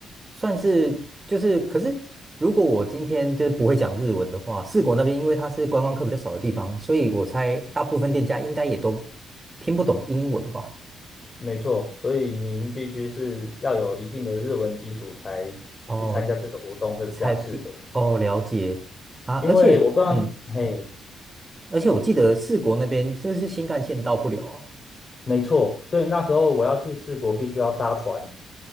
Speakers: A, on the right; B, on the left.
A: 算是就是，可是如果我今天就是不会讲日文的话，四国那边因为它是观光客比较少的地方，所以我猜大部分店家应该也都听不懂英文吧？
B: 没错，所以您必须是要有一定的日文基础才去参加这个活动会比较适合，
A: 哦，才比哦了解啊，
B: 因为我不知道，
A: 而且嗯，
B: 嘿，
A: 而且我记得四国那边是不是新干线到不了啊？
B: 没错，所以那时候我要去四国必须要搭船，